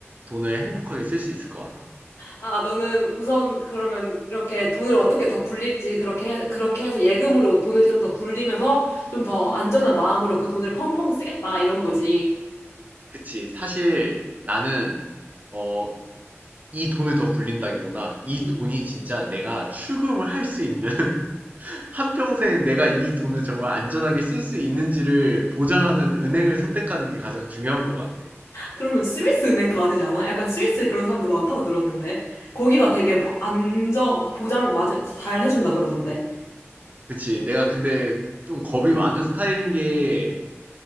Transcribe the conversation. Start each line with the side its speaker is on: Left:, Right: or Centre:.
Right: 돈을 행복하게 쓸 수 있을 것 같아.
Left: 아, 너는 우선 그러면 이렇게 돈을 어떻게 더 굴릴지 그렇게 해- 그렇게 해서 예금으로 돈을 좀 더 굴리면서 좀 더 안전한 마음으로 그 돈을 펑펑 쓰겠다 이런 거지.
Right: 그치. 사실 나는 어 이 돈을 더 굴린다기보다 이
Left: 음,
Right: 돈이
Left: 음.
Right: 진짜 내가 출금을 할 수 있는 한평생 내가 이 돈을 정말 안전하게 쓸 수 있는지를 보장하는 은행을 선택하는 게 가장 중요한 것 같아.
Left: 그러면 스위스 은행 가야 되지 않아? 약간 스위스 그런 사람도 많다고 들었는데 거기가 되게 보- 안정 그 보장 맞아 잘 해준다 그러던데.
Right: 그치. 내가 근데 좀 겁이 많은 스타일인 게,